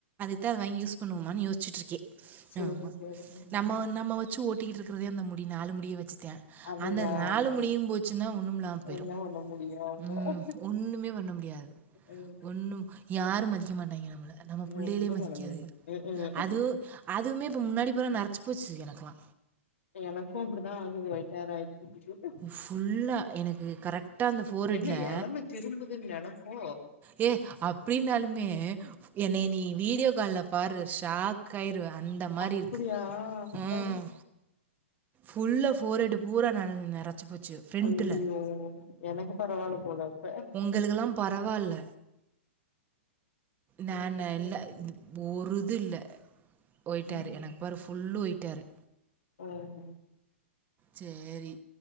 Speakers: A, on the right; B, on the left.
A: து வாங்கி யூஸ் பண்ணுவோமனுயசிச்சட்டுரு க்கே
B: சேரி
A: ஆமா
B: சேரி ம்
A: நம்ம நம்ம வேச்சு ஓட்டி இருக்கதே அந்த முடி நாலு முடி முடிய வச்சுத்தே
B: அதுதா
A: அந்த நாலு
B: ஆமா
A: முடியு போச்சுன்னா ஒன்னும்ல்லாம போயிடு
B: என்ன பண்ண முடியு அவங்க
A: ம் ஒண்ணுமே பண்ண முடியாது
B: ம்
A: ஓண்ணு யாரு மதிக்க மாட்டாங்க நம்மள நம்ம பிள்ளைகலே
B: ஒன்னு
A: மதிக்க
B: பண்ண
A: காது
B: முடியா ம்
A: அதுவு
B: ம்
A: அதுவுமே இப்போ முன்னாடி போல நறச்சி போச்சு எனக்கலா
B: எனக்கு அப்டிதா ஆகுது ஓயிட் ஹேர் ஆகியிட்டுருக்கு
A: ஃபுல்லாக எனக்கு கரெக்டாக அந்த ஃபோர்ஹட்டிலா
B: என்ன எளம திரும்புதுன்னு நெனப்போ
A: ஏ அப்டினாலுமே என்ன நீ வீடியோ கால்ல பாருற ஷாக் கயிறு அந்த மாதிரி
B: அப்டியா
A: இருக்கு ம்
B: ஆ
A: ஃபுல்ல ஃபோர ஹெட் பூரா ந நேறச்சு போச்சு ஃப்ரண்ட்ல.
B: ஐயோ எனக்கு பரவாயில்ல போல அப்ப
A: உங்களுக்கெல்லா பரவாயில்ல நான
B: சேரி சேரி
A: இல்ல ஒரு இது இல்ல ஓயிட்ஹேர்
B: ம்
A: எனக்கு ஒரு ஃபுல்லு ஒயிட்டாரு
B: ஓஹ்
A: சேரி